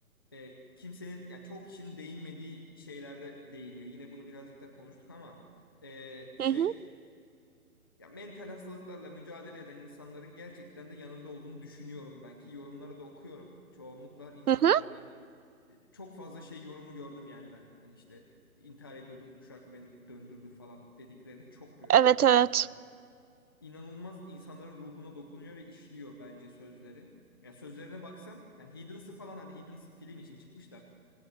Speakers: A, on the left; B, on the right.
A: eee, kimsenin, ya çok kişinin değinmediği şeylerde değiniyor. Yine bunu birazcık da konuştuk ama eee, şey
B: hı hı,
A: Ya mental hastalıklarla mücadele eden insanların gerçekten de yanında olduğunu düşünüyorum ben ki yorumları da okuyorum. Çoğunlukla insanlar
B: hı hı.
A: hani e, çok fazla şey yorumu gördüm yani ben. Hani işte intihar ediyordum bu şarkı beni döndürdü falan dediklerini çok görüyorum
B: Evet
A: insanların.
B: evet.
A: İnanılmaz insanların ruhuna dokunuyor ve işliyor bence sözleri. yani sözlerine baksan yani Heathens'ı falan hadi Heathens film için çıkmış da